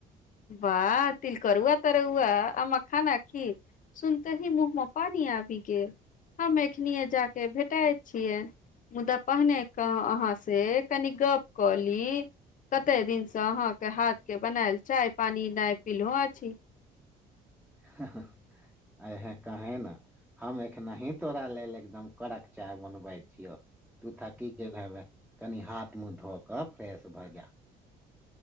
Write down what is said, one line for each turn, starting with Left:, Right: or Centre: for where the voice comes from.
Left: बाह तिल करुआ तरौआ आ मखानक खीर सुनते ही मुँह मे पानी आबि गेल हम एखनीए जा के भेटाए छियै मुदा पहिने क अहाँ से कनि गप कऽ ली कते दिनसँ अहाँके हाथके बनायल चाय पानि नहि पिलहो अछि
Centre: <unintelligible> आहे काहे न हम एखनही तोरा लेल एकदम कड़क चाय बनबै छियो तु थाकी गेल हेबे कनि हाथ- मुँह धो कऽ फ्रेश भऽ जा